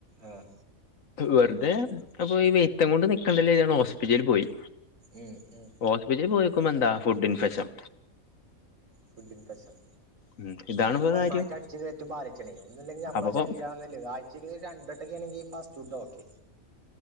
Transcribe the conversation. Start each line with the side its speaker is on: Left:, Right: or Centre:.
Right: ആഹ്
Left: വെറുതെ അപ്പൊ ഈ വെര്ത്തം കൊണ്ട് നിക്കണ്ടല്ലേ <unintelligible> ഞാൻ ഹോസ്പിറ്റലില് പോയി
Right: ഉം ഉം
Left: ഹോസ്പിറ്റലില്‌ പോയ <unintelligible> മെന്താ ഫുഡിൻഫെഷം
Right: ഫുഡിൻ ഫെഷം
Left: ഉം ഇതാണിപ്പോ
Right: അപ്പോ
Left: കാര്യം
Right: ഒന്നായിട്ട് അടിച്ച്കേറ്റുമ്പോൾ ആലോയിച്ചണേ ഒന്നില്ലെങ്കിൽ നമ്മളെ
Left: അപ്പൊ
Right: ശരീരം <unintelligible> ഇത് <unintelligible> രണ്ടവട്ടക്കെയാണെങ്കി ഫാസ്റ്റ് ഫുഡ്‌ ഓക്കെ